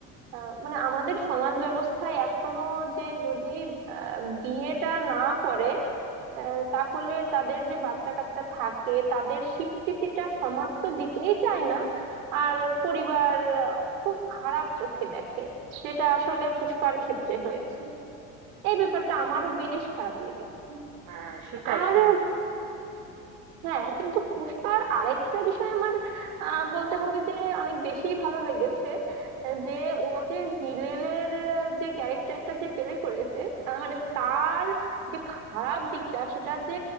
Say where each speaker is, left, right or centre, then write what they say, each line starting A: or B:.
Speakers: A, on the right; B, on the right.
A: আহ, মানে আমাদের সমাজ ব্যবস্থায় এখনো যে যদি আহ, বিয়েটা না করে আহ, তাহলে তাদের যে বাচ্চা কাচ্চা থাকে তাদের স্বীকৃতিটা সমাজ তো দিতেই চায় না আর পরিবার আহ, খুব খারাপ চোখে দেখে যেটা আসলে পুষ্পার ক্ষেত্রে হয়েছে এই ব্যাপারটা আমারও বেশ খারাপ লেগেছে
B: হ্যাঁ, সেটাই
A: আর
B: কিন্তু।
A: হ্যাঁ কিন্তু পুষ্পার আরেকটা বিষয় আমার আহ, বলতে হবে যে অনেক বেশি ভালো লেগেছে আহ, যে ও যে ভিলেনের যে ক্যারেক্টারটা যে প্লে করেছে আহ, মানে তার যে খারাপ দিকটা সেটা যে